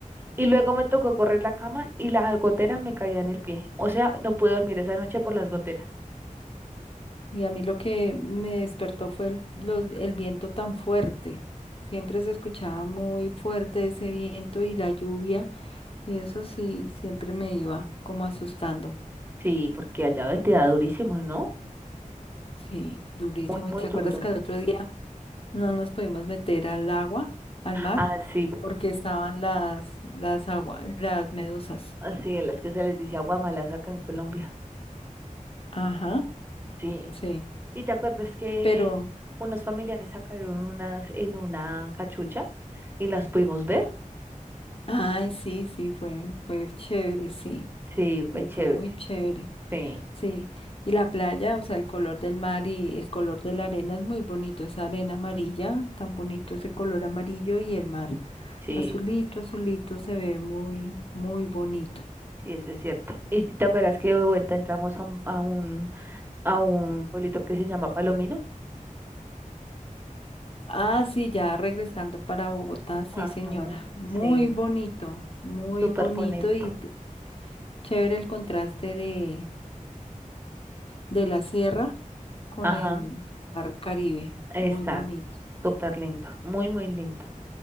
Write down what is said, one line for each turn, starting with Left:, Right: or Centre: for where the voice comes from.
Right: Y luego me tocó correr la cama y las goteras me caían en el pie. O sea, no pude dormir esa noche por las goteras.
Left: Y a mí lo que me despertó fue el, los- el viento tan fuerte. Siempre se escuchaba muy fuerte ese viento y la lluvia. Y eso sí, siempre me iba como asustando.
Right: Sí, porque allá ven, te da durísimo, ¿no?
Left: Sí, durísimo.
Right: Muy, muy
Left: ¿Y te
Right: duro.
Left: acuerdas que al otro día no nos pudimos meter al agua, al mar,
Right: Ah sí,
Left: porque estaban las, las agua, las medusas?
Right: así, a las que se les dice agua mala acá en Colombia.
Left: Ajá,
Right: Sí.
Left: sí.
Right: ¿Y te acuerdas que
Left: Pero,
Right: unos familiares sacaron unas en una cachucha y las pudimos ver?
Left: ay, sí, sí, fue, fue chévere, sí.
Right: Sí, fue
Left: Sí,
Right: chévere.
Left: fue muy chévere.
Right: Sí,
Left: Sí, y la playa, o sea, el color del mar y el color de la arena es muy bonito, esa arena amarilla, tan bonito ese color amarillo y el mar
Right: sí,
Left: azulito, azulito, se ve muy, muy bonito.
Right: sí, eso es cierto. ¿Y te acuerdas que de vuelta entramos a un, a un, a un pueblito que se llama Palomino?
Left: Ah, sí, ya regresando para Bogotá, sí,
Right: Ajá,
Left: señora, muy
Right: sí,
Left: bonito, muy
Right: súper
Left: bonito
Right: bonito.
Left: y te- chévere el contraste de, de la sierra con
Right: Ajá,
Left: el mar Caribe,
Right: exacto,
Left: muy bonito.
Right: súper lindo, muy, muy lindo.